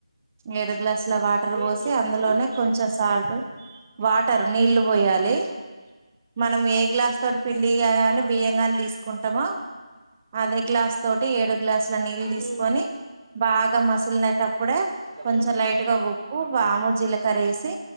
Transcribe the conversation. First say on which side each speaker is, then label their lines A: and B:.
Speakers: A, on the right (about 25°); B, on the right (about 70°).
A: ఏడు గ్లాస్ ఇలా వాటర్
B: ఏడు
A: పోసి
B: గ్లాసులా
A: అందులోనే కొంచెం సాల్ట్ వాటర్ నీళ్లు పోయాలి మనం ఏ
B: ఉమ్
A: గ్లాస్ తోటి పిండి కాగానే
B: ఆ
A: బియ్యంగాని
B: ఓకే
A: తీసుకుంటామో అదే గ్లాస్ తోటి ఏడు గ్లాసుల నీళ్ళు తీసుకొని
B: హ్మ్
A: బాగా మసలినట్ కూడా కొంచెం
B: హ్మ్
A: లైట్ గా ఉప్పు బము జీలకర్ర వే